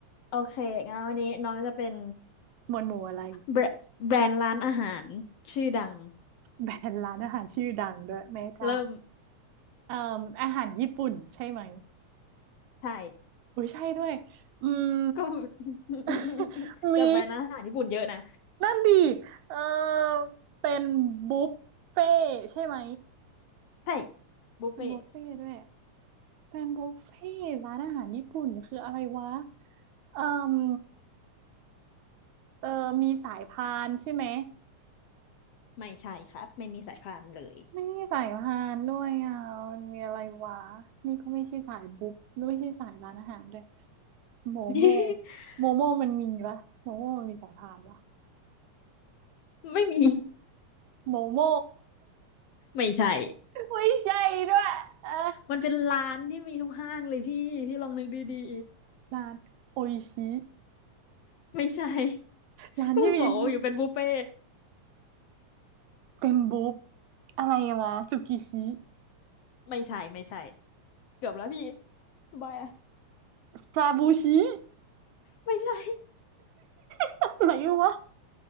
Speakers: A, on the left; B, on the right.
A: โอเคงั้นวันนี้น้องจะเป็น
B: หมวดหมู่อะไร
A: แบรแบรนด์ร้านอาหารชื่อดัง
B: แบรนด์ร้านอาหารชื่อดังด้วยแม่เจ้า
A: เริ่ม
B: เอ่มอาหารญี่ปุ่นใช่ไหม
A: ใช่
B: อุ้ยใช่ด้วยอืม
A: ก็ <laughs>
B: <laughs> มี
A: แต่แบรนด์อาหารญี่ปุ่นเยอะนะ
B: นั่นดีเออเป็นบุฟเฟ่ใช่ไหม
A: ใช่บุฟเฟ่ต์
B: เป็นบุฟเฟ่ด้วยเป็นบุฟเฟ่ร้านอาหารญี่ปุ่นคืออะไรวะ เอ่มเออมีสายพานใช่ไหม
A: ไม่ใช่ครับไม่มีสายพานเลย
B: ไม่มีสายพานด้วยอ่ะมันมีอะไรวะนี่ก็ไม่ใช่สายบุ๊บไม่ใช่สายร้านอาหารด้วยโมโม
A: <laughs>
B: โมโมมันมีปะโมโมมันมีสายพานปะ
A: ไม่มี
B: โมโม
A: ไม่ใช่
B: <laughs> ไม่ใช่ด้วยเออ
A: มันเป็นร้านที่มีทุกห้างเลยพี่พี่ลองนึกดี
B: ร้านโออิชิ
A: ๆไม่ใช่ <laughs>
B: ร้านที่มีบุ๊บ
A: ก็บอกว่าอยู่เป็นบุฟเฟ่ต์
B: เป็นบุ๊บอะไรวะสุกิชิ
A: ไม่ใช่ไม่ใช่เกือบแล้วพี่บาย
B: ซาบูชิ
A: ไม่ใช่
B: <laughs> อะไรวะ